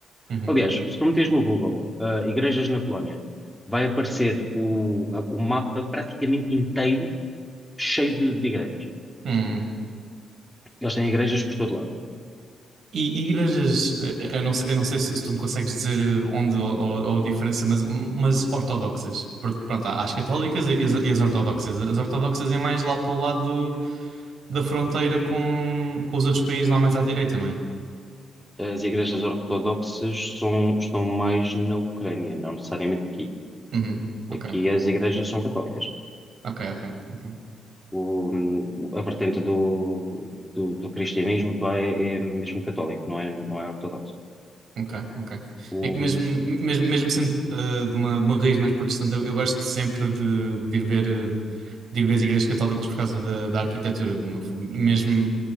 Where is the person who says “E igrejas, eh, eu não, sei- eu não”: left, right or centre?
Right